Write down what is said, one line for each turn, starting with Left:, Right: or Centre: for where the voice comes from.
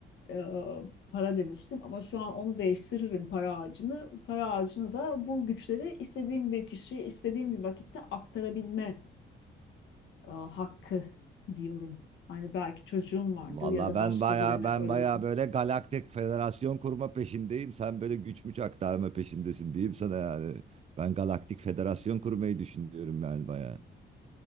Left: e, para demiştim ama şu an onu değiştiririm para ağacını. Para ağacını da bu güçleri istediğim bir kişiye istediğim bir vakitte aktarabilme e, hakkı diyorum. Hani belki çocuğum vardır
Right: Valla
Left: ya da
Right: ben
Left: başka
Right: baya
Left: birine
Right: ben
Left: ölür
Right: baya böyle galaktik federasyon kurma peşindeyim. Sen böyle güç müç aktarma peşindesin diyeyim sana yani. Ben galaktik federasyon kurmayı düşünüyorum yani baya.